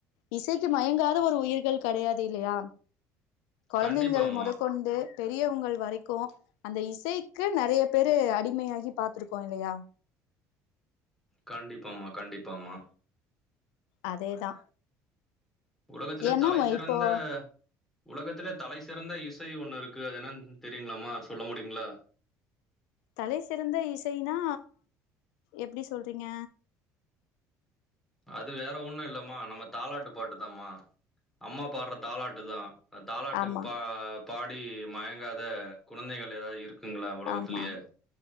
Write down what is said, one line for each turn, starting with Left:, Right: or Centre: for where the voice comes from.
Left: இசைக்கு மயங்காத ஒரு உயிர்கள் கெடையாது இல்லையா கொழந்தைங்கள்
Centre: கண்டிப்பாம்மா
Left: மொதக்கொண்டு பெரியவுங்கள் வரைக்கு அந்த இசைக்கு நெறைய பேரு அடிமையாகி பாத்துருக்கோ இல்லையா
Centre: கண்டிப்பாம்மா கண்டிப்பாம்மா
Left: அதேதா
Centre: உலகத்திலே
Left: ஏன்னா
Centre: தலை சிறந்த
Left: இப்போ
Centre: உலகத்துல தலை சிறந்த இசை ஒண்ணு இருக்கு அது என்னன்னு தெரியுங்களாமா சொல்ல முடியுங்களா
Left: தலை சிறந்த இசைனா எப்டி சொல்றீங்க
Centre: அது வேற ஒண்ணு இல்லம்மா நம்ம தாலாட்டு பாட்டுதாமா அம்மா பாட்ற தாலாட்டுதா தாலாட்டுக்கு
Left: ஆமா
Centre: பா பாடி மயங்காத குழந்தைகள் ஏதாவது இருக்கு இருக்குங்களா உலகத்திலயே
Left: ஆமா